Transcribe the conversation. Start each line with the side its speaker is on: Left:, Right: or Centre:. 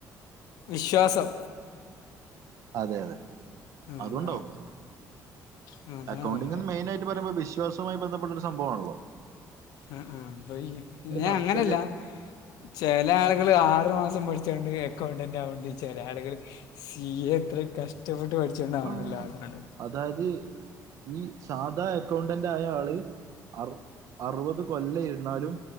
Left: വിശ്വാസം
Right: അതെയതെ.
Left: ആ,
Right: അതൂണ്ടാവും.
Left: അതാണ് ആ, അതാണ്
Right: അക്കൗണ്ടിങ്ങ്ന്ന്
Left: സംഭവം
Right: മെയിൻ ആയി ന് പറയുമ്പോ വിശ്വാസവുമായി ബന്ധപ്പെട്ട ഒരു സംഭവാണല്ലോ?
Left: ആഹ് ആഹ് ഇപ്പ ഈ, പിന്നെ
Right: മറിച്ചാൽ
Left: അങ്ങനെയല്ല ചെല ആള്കള് ആറ് മാസം പഠിച്ചോണ്ട് എക്കൗണ്ടന്റാവണ്ട് ചെല ആള്കള്. സി എ എത്ര കഷ്ടപ്പെട്ട് പഠിച്ചോണ്ടാവണല്ലോ
Right: ആഹ്
Left: അല്ലാതാണ്.
Right: അതായത് ഈ സാധാ അക്കൗണ്ടന്റ് റ്റായ ആള് അറു അറുപത് കൊല്ല ഇരുന്നാലും